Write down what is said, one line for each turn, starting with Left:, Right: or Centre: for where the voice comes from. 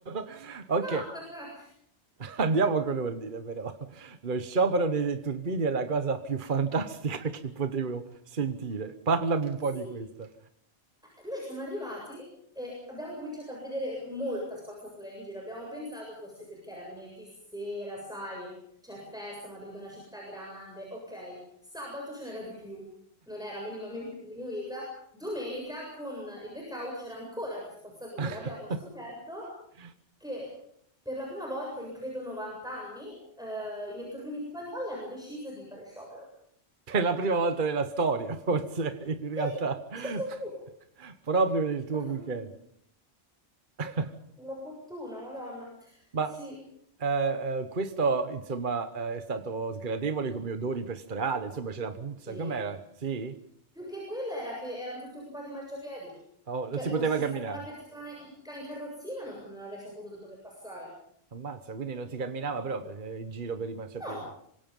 Right: <laughs> Ok.
Centre: No! <laughs>
Right: Andiamo con ordine, però. Lo sciopero dei netturbini è la cosa più fantastica che potevo sentire. Parlami un
Centre: Sì,
Right: po' di questa.
Centre: Eh, Noi siamo arrivati e abbiamo cominciato a vedere molta spazzatura in giro. Abbiamo pensato fosse perché era venerdì sera, sai, c'è festa, Madrid è una città grande, ok. Sabato ce n'era di più, non era minimamente diminuita. Domenica con il blackout c'era ancora più spazzatura.
Right: <laughs>
Centre: Abbiamo scoperto che per la prima volta in credo 90 anni eh, i netturbini spagnoli hanno deciso di fare sciopero.
Right: Per la prima volta nella storia, forse, in realtà,
Centre: Sì, sì, sì, sì.
Right: <laughs> proprio nel tuo
Centre: La fortuna.
Right: weekend. <laughs>
Centre: La fortuna, Madonna.
Right: Ma
Centre: Sì.
Right: eh, eh, questo, insomma, eh, è stato sgradevole come odori per strada, insomma, c'era puzza,
Centre: Sì.
Right: com'era? Sì?
Centre: Più che quello era che erano tutti occupati i marciapiedi.
Right: Oh,
Centre: Cioè,
Right: non si
Centre: fossi
Right: poteva camminare.
Centre: stata una persona in, ca- in carrozzina, non, non avrei saputo da dove passare.
Right: Ammazza, quindi non si camminava proprio eh, in giro per i marciapiedi.
Centre: No.